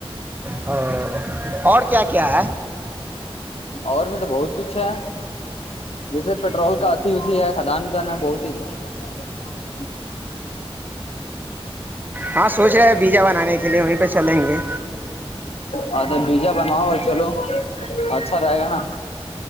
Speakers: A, on the right; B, on the left.
A: اور اور کیا کیا ہے
B: اور میں تو بہت کچھ ہے جیسے پیٹرول کا اتھی اتھی ہے خھدان ودان ہے بہت ہییز ہے ا <inaudible>
A: ہاں سوچ رہے بیجا بنانے کے لیے وہیں پہ چلیں گے
B: ہاں تو بجا بنوا ہو چلو اچھا رہے گا نا